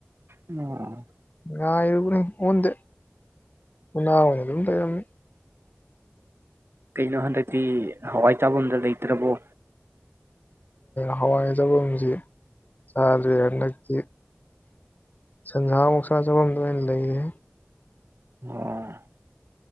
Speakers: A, on the right (about 80°); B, on the left (about 45°).
A: ꯎꯝ
B: ꯉꯥꯏꯔꯨꯕꯅꯤ ꯑꯣꯟꯗꯦ ꯎꯅꯥ ꯑꯣꯏꯅ ꯑꯗꯨꯝ ꯂꯩꯔꯝꯃꯤ
A: ꯀꯩꯅꯣ ꯍꯟꯗꯛꯇꯤ ꯍꯋꯥꯏ ꯆꯥꯐꯝꯗ ꯂꯩꯇ꯭ꯔꯕꯣ
B: ꯍꯋꯥꯏꯖꯥꯐꯝꯁꯤ ꯆꯥꯗ꯭ꯔꯦ ꯍꯟꯗꯛꯇꯤ ꯁꯟꯖꯥ ꯑ‌ꯣꯛꯁꯥ ꯆꯖꯐꯝꯗ ꯑꯣꯏꯅ ꯂꯩꯔ‌ꯦ
A: ꯑꯣ